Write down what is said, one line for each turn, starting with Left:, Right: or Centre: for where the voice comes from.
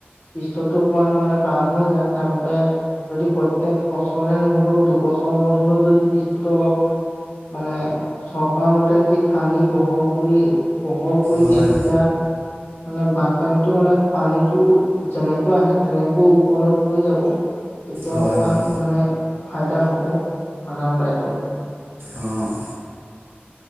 Left: পৃষ্টটো অকমান মানে বাম হৈ যায় তাৰ বাবে যদি প্ৰত্যেক বছৰে নহলেও দুবছৰৰ মূৰত হলেও যদি পৃষ্ঠটো অলপ মানে চৰকাৰ মতে যদি খান্দি বহল কৰি বহল কৰি
Right: হয়।
Left: দিয়ে তেতিয়া মানে বানপানীতো মানে পানীটো যেনেকৈ আহে তেনেকৈ ওপনৈত পৰি যাব তেতিয়া
Right: হয়
Left: অকণমান
Right: হয়
Left: মানে ফাইদা হ'ব সাধাৰণ ৰাইজৰ
Right: অ'